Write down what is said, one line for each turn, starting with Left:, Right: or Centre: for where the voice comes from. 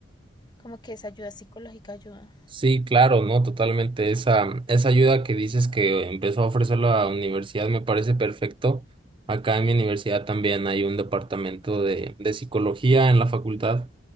Left: Como que esa ayuda psicológica ayuda.
Right: Sí, claro, no, totalmente. Esa, esa ayuda que dices que empezó a ofrecer la universidad me parece perfecto. Acá en mi universidad también hay un departamento de, de psicología en la facultad,